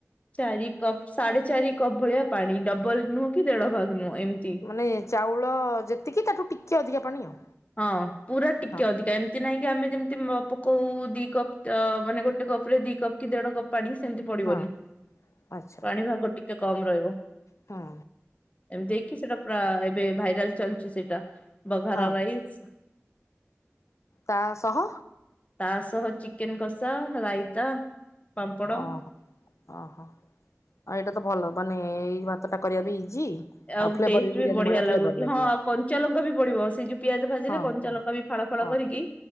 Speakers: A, on the left; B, on the left.
A: ଚାରି କପ୍ ସାଢେ ଚାରି କପ୍ ଭଳିଆ ପାଣି ଡବଲ ନୁହଁ କି ଦେଢ ଭାଗ ନୁହଁ ଏମିତି।
B: ମାନେ ଚାଉଳ ଯେତିକି ତାଠୁ ଟିକିଏ ଅଧିକା ପାଣି ଆଉ।
A: ହଁ ପୁରା ଟିକେ
B: ହଁ
A: ଅଧିକା, ଏମିତି ନାହିଁ କି ଆମେ ଯେମିତି ପକଉ ଦି କପ୍ ମାନେ ଗୋଟେ ଗୋଟେ କପ ରେ ଦି କପ୍ କି ଦେଢ କପ୍ ପାଣି ସେମିତି ପଡିବନି
B: ହଁ ଆଚ୍ଛା
A: ପାଣି ଭାଗ ଟିକେ କମ ରହିବ।
B: ହଁ।
A: ଏମତିକି ସେଟା ପୁରା ଏବେ ଭାଇରାଲ ଚାଲିଛି ସେଇଟା ବଘାର
B: ହଁ
A: ରାଇ ଆଚ୍ଛା।
B: ତା ଶହ
A: ତା ସହ ଚିକେନ କଷା ରାଇତା। ପାମ୍ପଡ
B: ଓହୋ ଓହୋଉ ଏଇଟା ତ ଭଲ ମାନେ ଏଇ ଭାତଟା କରିବା ବି ଇଜି।
A: ଆଉ
B: ଫ୍ଲେଭର
A: ଟେଷ୍ଟ
B: ବିରିୟାନୀ
A: ବି ବଢିଆ
B: ଭଳିଆ
A: ଲାଗୁଚିହଁ
B: ଫ୍ଲେଭର ଲାଗିବ
A: ଆଉ କଞ୍ଚା ଲଙ୍କା ବି ପଡିବ ସେଇ ଯଉ ପିଆଜ ଭାଜିଲେ
B: ହଁ
A: କଞ୍ଚାଲଙ୍କା
B: ହଁ
A: ବି ଫଳ ଫଳ
B: ହଁ
A: କରିକି